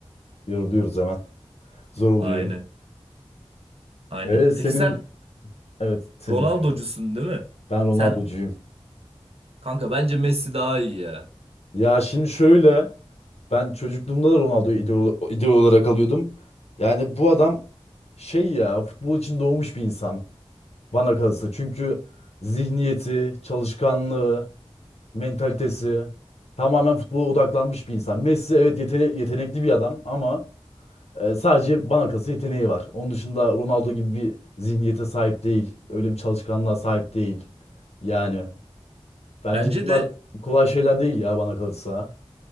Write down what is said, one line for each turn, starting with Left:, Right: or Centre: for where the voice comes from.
Left: yoruluyoruz hemen. Zor oluyor.
Right: Aynen. Aynen.
Left: Evet
Right: Peki
Left: senin
Right: sen
Left: evet senin
Right: Ronaldo'cusun
Left: diyorum.
Right: değil mi?
Left: Ben Ronaldo'cuyum.
Right: Sen kanka bence Messi daha iyi ya.
Left: Ya şimdi şöyle ben çocukluğumda da Ronaldo'yu idol, idol olarak alıyordum. Yani bu adam şey ya futbol için doğmuş bir insan bana kalırsa. Çünkü zihniyeti, çalışkanlığı, mentalitesi tamamen futbola odaklanmış bir insan. Messi evet yetene- yetenekli bir adam ama e, sadece bana kalırsa yeteneği var. Onun dışında Ronaldo gibi bir zihniyete sahip değil. Öyle bir çalışkanlığa sahip değil. Yani Bence
Right: Bence
Left: bunlar
Right: de
Left: kolay şeyler değil ya bana kalırsa.